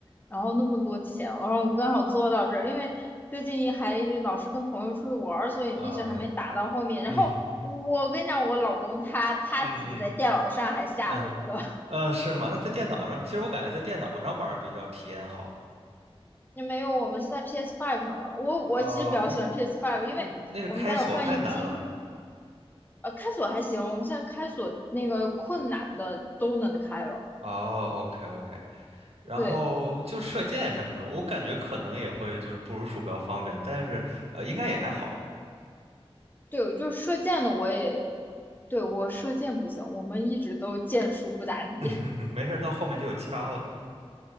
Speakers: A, on the left; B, on the right.
A: 然后那么多钱，然后我刚好做到这儿，因为最近还一直老是跟朋友出去玩儿，所以一直还没打到后面。
B: 啊 OK。
A: 然后我跟你讲，
B: 嗯。
A: 我老公他他自己在电脑上还下了一个，
B: 嗯嗯嗯，呃，是吗？那在电脑上，其实我感觉在电脑上玩儿比较体验好。
A: <laughs> 也没有，我们是在 p s Five 上玩儿。我我其实比较喜欢
B: 哦，一
A: p s Five，因为我们家有放映厅，
B: 嗯，那个开锁太难了。
A: 呃，开锁还行，我们现在开锁那个困难的都能开了，
B: 哦，OK OK，然后就射箭什么的，
A: 对。
B: 我感觉可能也会就是不如鼠标方便，但是呃，应该也还好。
A: 对，就是射箭的我也，对，我射箭不行，我们一直都箭术不咋地。<laughs>
B: <laughs> 没事儿，到后面就有枪了